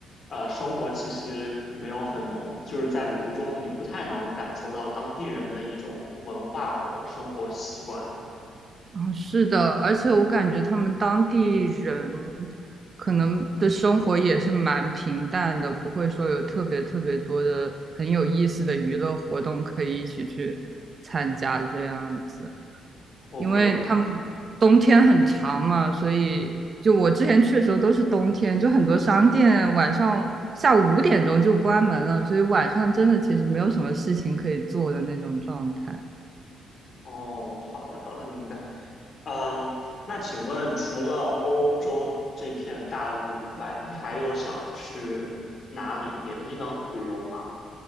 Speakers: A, on the left; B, on the right.
A: 呃，生活气息没有很浓，就是在旅途中你不太能感受到当地人的一种文化和生活习惯。
B: 哦，是的，而且我感觉他们当地人可能的生活也是蛮平淡的，不会说有特别特别多的很有意思的娱乐活动可以一起去参加这样子，
A: OK
B: 因为他们冬天很长嘛，
A: OK，明白。
B: 所以就我之前去的时候都是冬天，就很多商店晚上下午五点钟就关门了，所以晚上真的其实没有什么事情可以做的那种状态。
A: 哦，好的好的，明白。嗯，那请问除了欧洲这片大陆以外，你还有想去哪里别的地方旅游吗？